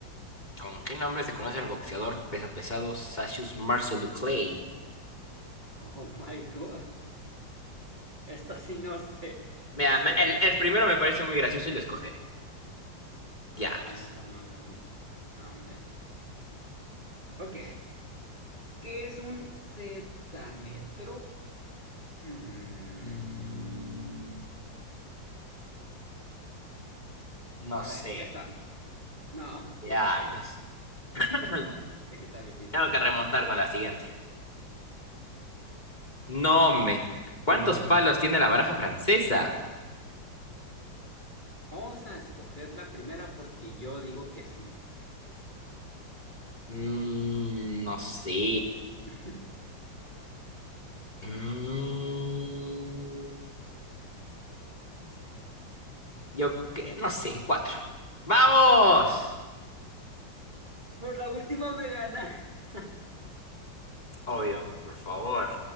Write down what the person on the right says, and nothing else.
Oh <laughs> my God. Esta sí no sé, no
sé,
a ver.
Ah,
Muhammad Ali. No, Hombre. Ok, ¿qué es un cetametro? Mm,
A
ver, esta. No,
<laughs>
es que está difícil
esa.
No, no.
Vamos a escoger la primera porque yo digo que sí.
<laughs>
Por la última me gana. <laughs>